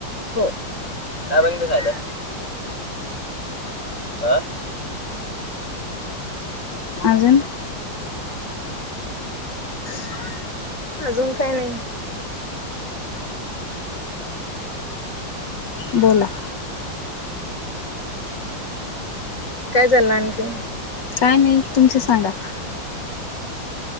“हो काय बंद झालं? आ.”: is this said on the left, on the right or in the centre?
Left